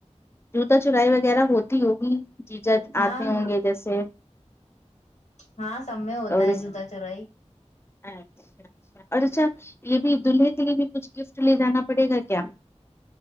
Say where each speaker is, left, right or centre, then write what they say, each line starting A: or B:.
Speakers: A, on the left (about 20°); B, on the left (about 75°).
A: جوتا چورائی وغیرہ ہوتی ہوگی جی جاجی
B: ہاں
A: آتے ہوں
B: ہاں
A: گے جیسے
B: ہاں سب میں ہوتا
A: اور
B: ہے
A: اس-
B: جوتا چورائی
A: اچھا اچھا اور اچھا یے بھی دلہے کے لیے بھی کچھ گفٹ لے جانا پڑے گا کیا